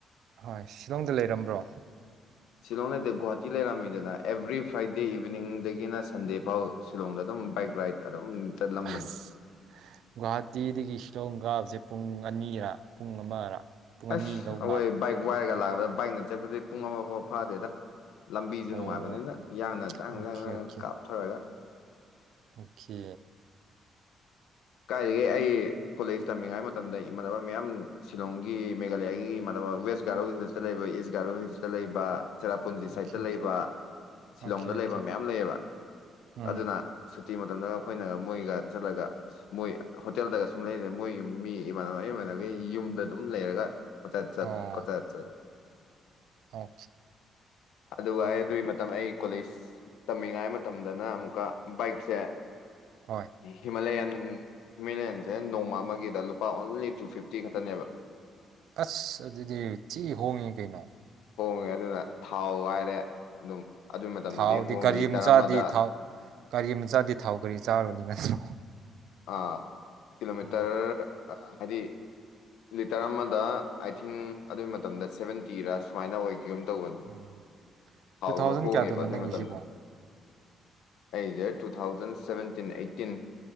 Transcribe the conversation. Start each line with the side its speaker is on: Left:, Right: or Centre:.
Right: ꯍꯣꯏ ꯁꯤꯂꯣꯡꯗ ꯂꯩꯔꯝꯕ꯭ꯔꯣ
Left: ꯁꯤꯂꯣꯡ ꯂꯩꯗꯤ ꯒꯨꯍꯥꯇꯤ ꯂꯩꯔꯝꯃꯤꯗꯅ ꯑꯦꯕ꯭ꯔꯤ ꯐ꯭ꯔꯥꯏꯗꯦ ꯏꯚꯤꯅꯤꯡꯗꯒꯤꯅ ꯁꯟꯗꯦ ꯐꯥꯎ ꯁꯤꯂꯣꯡꯗ ꯑꯗꯨꯝ ꯕꯥꯏꯛ ꯔꯥꯏꯠ ꯑꯗꯨꯝ ꯆꯠꯂꯝꯕꯅꯤ
Right: ꯑꯁ ꯒꯨꯍꯥꯇꯤꯗꯒꯤ ꯁꯤꯂꯣꯡ ꯀꯥꯕꯁꯦ ꯄꯨꯡ ꯑꯅꯤꯔ ꯄꯨꯡ ꯑꯃꯔ ꯄꯨꯡ ꯑꯅꯤ
Left: ꯑꯁ
Right: ꯂꯧ
Left: ꯑꯩꯈꯏꯛ
Right: ꯃꯥꯜꯂꯦ
Left: ꯋꯥꯏꯔꯒ ꯂꯥꯛꯏ ꯅꯠꯇ ꯆꯠꯄꯗꯤ ꯄꯨꯡ ꯑꯃ ꯐꯥꯎꯕ ꯐꯥꯗꯦꯗ ꯂꯝꯕꯤꯁꯦ
Right: ꯑꯣ
Left: ꯅꯨꯡꯉꯥꯏꯕꯅꯤꯅ ꯌꯥꯡꯅ ꯆꯥꯡꯅ
Right: ꯑꯣꯀꯦ
Left: ꯆꯪꯅ
Right: ꯑꯣꯀꯦ
Left: ꯀꯥꯞꯊꯔꯒ
Right: ꯑꯣꯀꯦ
Left: ꯀꯥꯏꯗꯒꯤꯩ ꯑꯩ ꯀꯣꯂꯦꯖ ꯇꯝꯃꯤꯉꯩ ꯃꯇꯝꯗ ꯏꯃꯥꯟꯅꯕ ꯃꯌꯥꯝ ꯁꯤꯂꯣꯡꯒꯤ ꯃꯦꯘꯂꯌꯥꯒꯤ ꯏꯃꯥꯟꯅꯕ ꯋꯦꯁ ꯒꯥꯥꯏꯔꯣ ꯍꯤꯜꯁꯇ ꯂꯩꯕ ꯏꯁ ꯒꯥꯥꯏꯔꯣ ꯍꯤꯜꯁꯇ ꯂꯩꯕꯔ ꯄꯨꯟꯖꯤ
Right: ꯑꯣꯀꯦ
Left: ꯁꯥꯏꯗꯠꯇ
Right: ꯑꯣꯀꯦ
Left: ꯂꯩꯕ ꯁꯤꯂꯣꯡꯗ
Right: ꯑꯣꯀꯦ ꯑꯣꯀꯦ
Left: ꯂꯩꯕ ꯃꯌꯥꯝ ꯂꯩꯌꯦꯕ
Right: ꯎꯝ
Left: ꯑꯗꯨꯅ ꯁꯇꯤ ꯃꯇꯝꯗ ꯑꯩꯈꯣꯏꯅ ꯃꯣꯏꯒ ꯆꯠꯂꯒ ꯃꯣꯏ ꯍꯣꯇꯦꯜꯗꯒ ꯁꯨꯝ ꯂꯩꯔꯤꯦ ꯃꯣꯏꯒꯤ ꯃꯤ ꯏꯃꯥꯟꯅꯕ ꯏꯃꯥꯟꯅꯕꯒꯤ ꯌꯨꯝꯗ ꯑꯗꯨꯝ ꯂꯩꯔꯒ ꯀꯊ ꯆꯠ ꯆꯠ
Right: ꯑꯣ
Left: ꯀꯊ ꯆꯠ ꯆꯠ
Right: ꯑ
Left: ꯑꯗꯨ ꯑꯩ ꯑꯗꯨꯒꯤ ꯃꯇꯝ ꯑꯩ ꯀꯣꯂꯦꯖ ꯇꯝꯃꯤꯉꯥꯏ ꯃꯇꯝꯗꯅ ꯑꯃꯨꯛꯀ ꯕꯥꯏꯛꯁꯦ
Right: ꯍꯣꯏ
Left: ꯍꯤꯃꯂꯌꯥꯟ ꯎ ꯍꯤꯃꯥꯂꯌꯥꯟꯁꯦ ꯅꯣꯡꯃ ꯑꯃꯒꯤꯗ ꯂꯨꯄꯥ ꯑꯣꯟꯂꯤ ꯇꯨ ꯐꯤꯐꯇꯤ ꯈꯛꯇꯅꯦꯕ
Right: ꯑꯁ ꯑꯗꯨꯗꯤ ꯊꯤ ꯍꯣꯡꯉꯤ ꯀꯩꯅꯣ
Left: ꯍꯣꯡꯉꯦ ꯑꯗꯨꯅ ꯊꯥꯎ ꯋꯥꯏꯔꯦ ꯑꯗꯨꯝ ꯑꯗꯨꯏ ꯃꯇꯝꯗꯨꯗꯤ
Right: ꯊꯥꯎꯗꯤ
Left: ꯍꯣꯡꯉꯦ
Right: ꯒꯥꯔꯤ
Left: ꯂꯤꯇꯔ
Right: ꯃꯆꯥꯗꯤ
Left: ꯑꯃꯗ
Right: ꯊꯥꯎ ꯒꯥꯔꯤ ꯃꯆꯥꯗꯤ ꯊꯥꯎ ꯒꯥꯔꯤ ꯆꯥꯔꯨꯅꯤ ꯅꯠꯇ꯭ꯔꯣ
Left: ꯑꯥ ꯀꯤꯂꯣꯃꯤꯇꯔ
Right: ꯎꯝ
Left: ꯍꯥꯏꯗꯤ ꯂꯤꯇꯔ ꯑꯃꯗ ꯑꯥꯏ ꯊꯤꯡ ꯑꯗꯨꯒꯤ ꯃꯇꯝꯗ ꯁꯚꯦꯟꯇꯤꯔꯥ ꯁꯨꯃꯥꯏꯅ ꯑꯣꯏꯒꯒꯨꯝ ꯇꯒꯅꯨ
Right: ꯎꯝ
Left: ꯍꯥꯎꯁꯨ
Right: ꯇꯨ ꯊꯥꯎꯖꯟ
Left: ꯍꯣꯡꯉꯦꯕ
Right: ꯀꯌꯥꯗꯅꯣ
Left: ꯑꯗꯨꯒꯤ
Right: ꯅꯪꯒꯤꯁꯤꯕꯣ
Left: ꯃꯇꯝꯗ ꯑꯩꯁꯦ two thousand seventeen eighteen